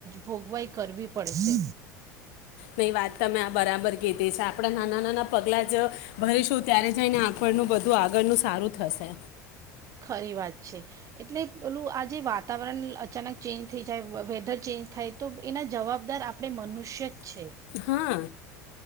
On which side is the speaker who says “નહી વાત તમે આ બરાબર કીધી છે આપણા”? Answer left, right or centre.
Left